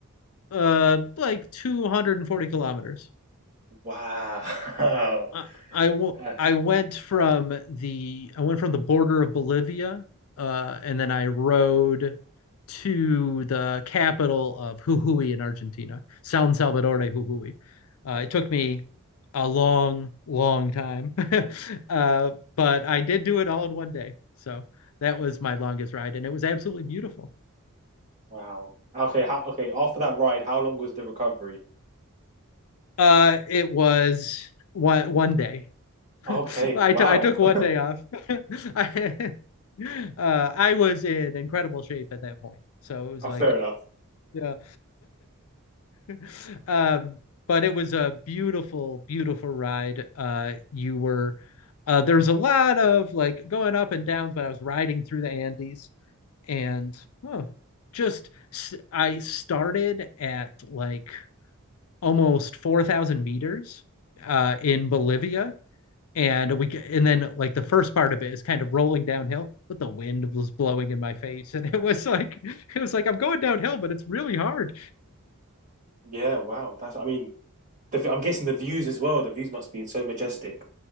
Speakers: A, on the left; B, on the right.
A: Uh, like 240 kilometers.
B: Wow.
A: I I
B: <laughs> That's
A: I went from the I went from the border of Bolivia, uh, and then I rode to the capital of Jujuy in Argentina, San Salvador de Jujuy. Uh, it took me a long, long time, <laughs> uh, but I did do it all in one day. So that was my longest ride, and it was absolutely beautiful.
B: wow. Okay, how, okay, after that ride, how long was the recovery?
A: Uh, it was one one day. <laughs>
B: Okay,
A: I
B: wow.
A: took I took one
B: <laughs>
A: day off. <laughs> I <laughs> uh I was in incredible shape at that point. So it was
B: Oh,
A: like
B: fair enough.
A: yeah. <laughs> Um but it was a beautiful beautiful ride. Uh you were uh there's a lot of like going up and downs but I was riding through the Andes and oh, just s- I started at like almost 4,000 meters uh in Bolivia and we and then like the first part of it is kind of rolling downhill but the wind was blowing in my face and it was like <laughs> it was like i'm going downhill but it's really hard
B: Yeah, wow. That's, I mean, the, I'm guessing the views as well. The views must be so majestic.